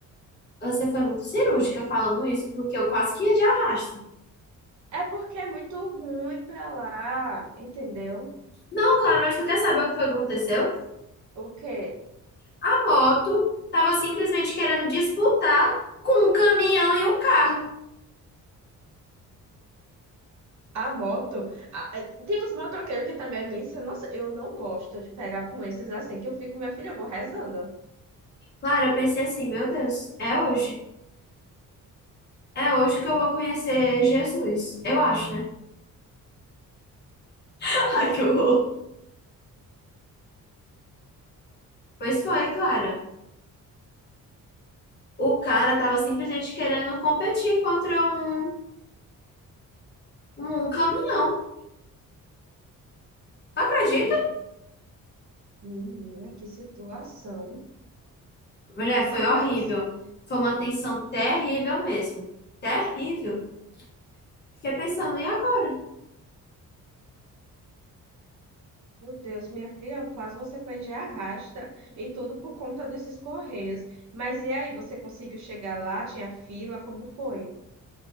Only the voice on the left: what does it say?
você foi muito cirúrgica falando isso, porque eu quase que ia de arrasto.
Não, Clara, mas tu quer saber o que foi que aconteceu?
A moto tava simplesmente querendo disputar com um caminhão e um carro.
Clara, eu pensei assim, meu Deus, é hoje. É hoje que eu vou conhecer Jesus. Eu acho, né? <laughs> Ai, que horror. Pois foi, Clara. O cara tava simplesmente querendo competir contra um Um caminhão. Tu acredita?
Mulher,
foi horrível. Foi uma tensão terrível mesmo. Terrível. Fiquei pensando, e agora?